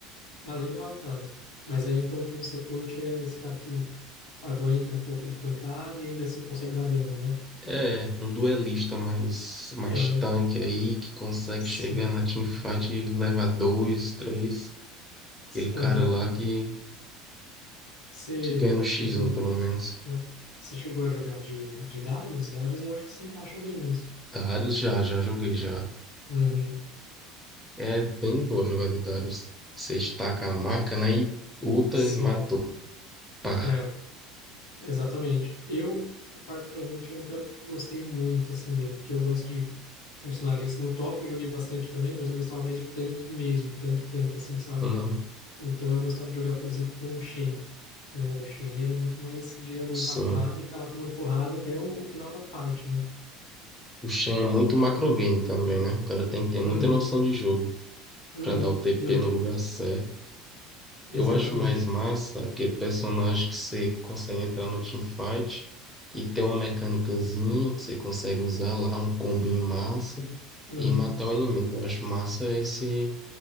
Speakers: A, on the left; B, in the centre.
A: Ah, legal, cara. Mas aí então o que você curte é esse cara que aguenta um pouco de pancada e ainda assim consegue dar dano, né?
B: É, um duelista mais, mais
A: Ah,
B: tanque aí, que consegue
A: sim.
B: chegar na teamfight e levar dois, três. Aquele cara
A: Ah,
B: lá que,
A: você
B: que ganha no x
A: chegou,
B: um pelo menos.
A: né? Você chegou a jogar de, de Darius? Darius eu acho que se encaixa bem nisso.
B: Darius já, já joguei já.
A: Uhum,
B: É bem de boa jogar de Darius. Você estaca a marca, né? E luta
A: sim,
B: e matou. Pá.
A: é, exatamente. Eu, particularmente, nunca gostei muito, assim, dele, porque eu gosto de personagens no top, eu joguei bastante também, mas eu gostava mais de tanque mesmo, tanque, tanque, assim, sabe?
B: Uhum.
A: Então eu gostava de jogar, por exemplo, com o Shen, né? O Shen, ele é muito mais de aguentar
B: Sim.
A: porrada e ficar lá tomando porrada até o final da fight, né?
B: O Shen é muito macrogame também, né? O cara tem que ter muita
A: Uhum,
B: noção de jogo
A: uhum,
B: pra dar o TP
A: uhum,
B: no lugar certo.
A: exatamente.
B: Eu acho mais massa aquele personagem que você consegue entrar no teamfight e ter uma mecânicazinha que você consegue usar lá, um combinho massa
A: Uhum.
B: e matar o inimigo. Eu acho massa esse,